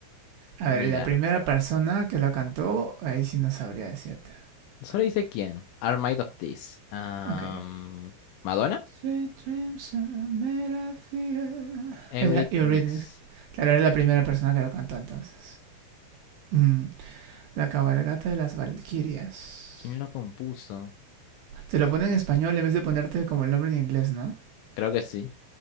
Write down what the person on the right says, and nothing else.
A
ver, la primera persona que lo cantó, ahí sí no sabría decirte.
Ok.
Sweet dreams are made of the
Era Eurythmics. Claro, era la primera persona que lo cantó entonces. Mm, La cabalgata de las Valquirias.
Te lo pone en español en vez de ponerte como el nombre en inglés, ¿no?